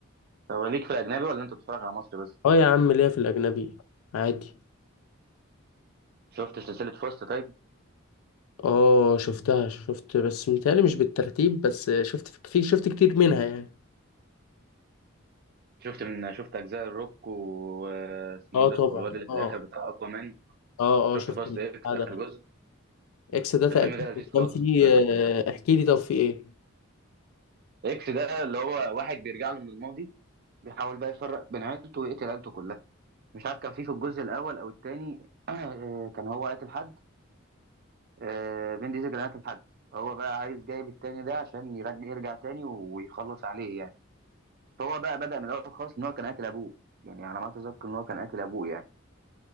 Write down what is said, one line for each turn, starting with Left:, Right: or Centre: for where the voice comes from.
Right: طب ليك في الاجنبي ولا انت بتتفرج على مصري بس
Left: اه يا عم ليا في الاجنبي عادي
Right: شفت سلسله فاست طيب
Left: اه شفتها شفت بس متهيألي مش بالترتيب بس شفت في شفت كتير منها يعني
Right: شفت من شفت اجزاء الروك واسمه
Left: اه
Right: ده
Left: طبعا
Right: والواد اللي في
Left: اه
Right: الاخر بتاع اقوى مان
Left: اه
Right: شفت
Left: اه شفت
Right: فاست
Left: البتاع
Right: اكس اخر
Left: ده
Right: جزء
Left: اكس ده تقريبا
Right: الفيلم ده لذيذ خالص
Left: كان فيه
Right: خد بالك
Left: آه، احكي لي طب في ايه
Right: اكس ده اللي هو واحد بيرجع له من الماضي بيحاول بقى يفرق بين عيلته ويقتل عيلته كلها مش عارف كان في في الجزء الاول او الثاني <clears throat> كان هو قاتل حد آه، فين ديزل كان قاتل حد هو بقى عايز جايب التاني ده عشان يرجع يرجع تاني ويخلص عليه يعني فهو بقى بدأ من الاول خالص ان هو كان قاتل ابوه يعني على ما اتذكر ان هو كان قاتل ابوه يعني